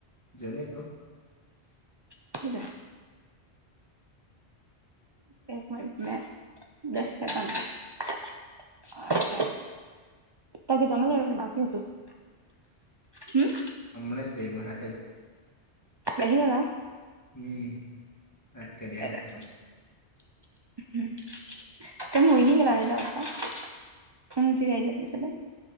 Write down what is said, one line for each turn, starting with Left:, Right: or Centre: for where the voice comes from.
Left: જોની તુ
Right: મુકીદે <unintelligible> દસ સેકન્ડ <unintelligible> હમ
Left: અમણા જ જયમાં હાથેજ
Right: બેહી રેલા
Left: હમ. વાત કર્યા
Right: <inaudible>
Left: કરતા
Right: <unintelligible>